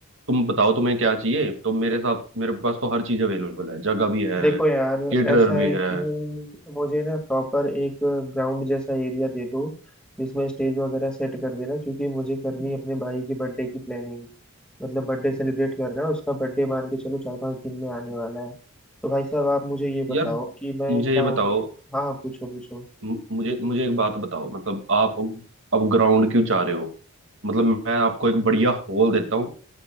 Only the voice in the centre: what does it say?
देखो यार
ऐसा
है
कि मुझे ना प्रॉपर एक ग्राउंड जैसा एरिया दे दो जिसमें स्टेज वगैरह सेट कर देना क्योंकि मुझे करनी है अपने भाई की बर्थडे की प्लानिंग मतलब बर्थडे सेलिब्रेट कर रहा है उसका बर्थडे मान के चलो चार पांच दिन में आने वाला है तो भाई साहब आप मुझे ये
बताओ कि मैं
क्या
उम्मीद हाँ हाँ पूछो पूछो